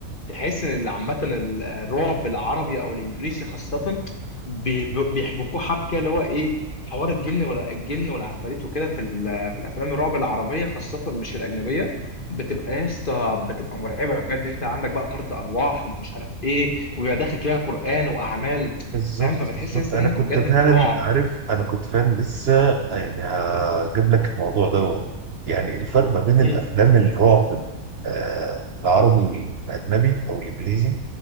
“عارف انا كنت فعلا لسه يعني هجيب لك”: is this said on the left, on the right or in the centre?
Right